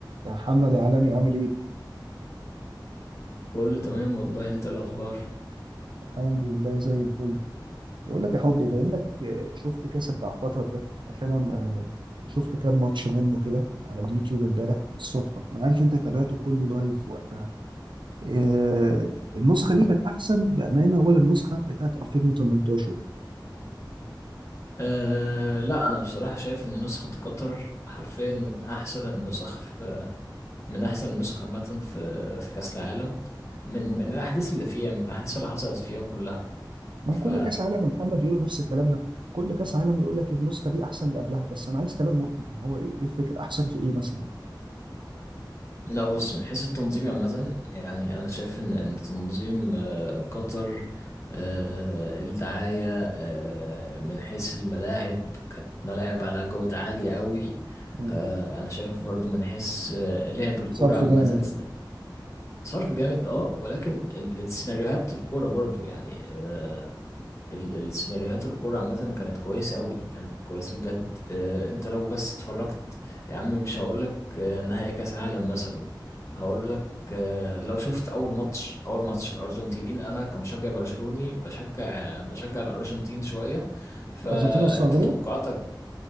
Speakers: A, on the right (about 75°); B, on the left (about 35°).
A: يا محمد يا عالمي عامل ايه؟
B: كله تمام والله انت إيه الاخبار
A: الحمد لله زي الفل بقول لك يا حبي بما انك شفت كاس بتاع قطر ده عشان انا آه، شفت كام ماتش منه كده على اليوتيوب امبارح بالصدفه انا عارف انت تابعته كله لايف وقتها آه، النسخه دي كانت احسن بامانه ولا النسخه بتاعت 2018
B: أه لا انا بصراحه شايف ان نسخه قطر حرفيا من احسن النسخ في من احسن النسخ عامه في في كاس العالم من من الاحداث اللي فيها من الاحداث اللي حصلت فيها كلها
A: ما
B: ف
A: هو كل كاس عالم يا محمد بيقولوا نفس الكلام ده كل كاس عالم يقول لك النسخه دي احسن من اللي قبلها بس انا عايز كلام مقنع يعني هو ايه إيه الفكره احسن في ايه مثلا؟
B: لا بص من حيث التنظيم عامة يعني أنا شايف إن إن تنظيم آه، قطر آه، الدعاية آه، من حيث الملاعب كانت ملاعب على جودة عالية قوي
A: مم.
B: آه، أنا شايف برضو من حيث آه، لعب الكورة
A: صرف
B: عامة
A: جامد يعني
B: الصرف جامد أه ولكن ال- السيناريوهات الكورة برضو يعني آه، ال- السيناريوهات الكورة عامة كانت كويسة قوي كانت كويسة بجد آه، انت لو بس اتفرجت يا عم مش هقولك آه، نهائي كأس عالم مثلا هقولك آه، لو شفت أول ماتش أول ماتش الأرجنتين أنا كمشجع برشلوني بشجع بشجع الأرجنتين شوية فأنت
A: ارجنتين والسعوديه
B: توقعاتك